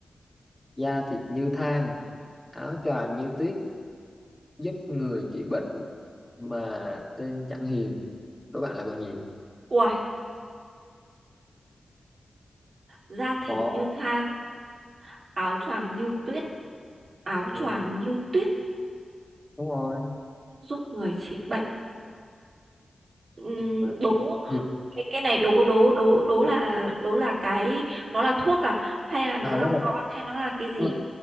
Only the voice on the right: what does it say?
uầy, da thịt
như than, áo choàng như tuyết, áo
choàng như tuyết
giúp người trị bệnh. Ừm,
đố
cái cái này đố đố đố đố là đố là cái nó là thuốc à hay là nó
là
con hay nó là cái gì